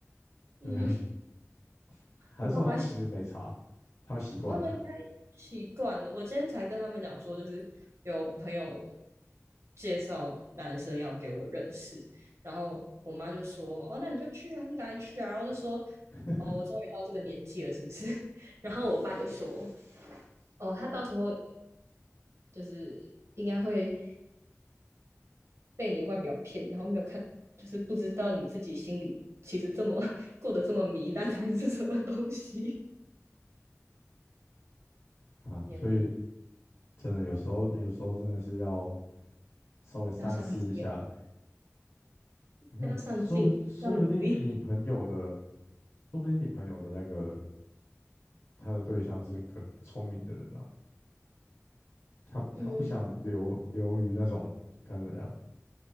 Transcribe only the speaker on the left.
对不对？<laughs> 还是说他们其实没差，
他们习惯了
<laughs>
啊？
所以
真的有时候，有时候真的是要稍微三思一下。
你看，
说不说不定你朋友的，
说不定你朋友的那个他的对象是个聪明的人啊。他他不想留留于那种该怎么讲，